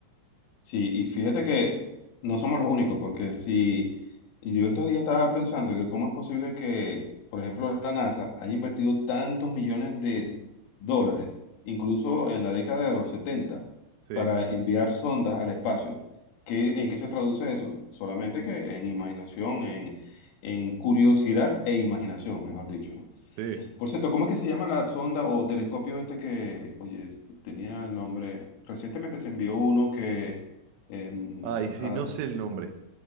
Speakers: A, on the left; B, on the right.
A: Sí, y fíjate que no somos los únicos, porque si yo estos días estaba pensando que cómo es posible que, por ejemplo, la NASA haya invertido tantos millones de dólares, incluso en la década de los 70
B: Sí,
A: para enviar sondas al espacio. ¿Qué, en qué se traduce eso? Solamente que en imaginación, en, en curiosidad e imaginación, mejor dicho, ¿no?
B: sí.
A: Por cierto, ¿cómo es que se llama la sonda o telescopio este que, oye, es- tenía el nombre? Recientemente se envió uno que, em,
B: Ay, sí,
A: a-
B: no sé el nombre.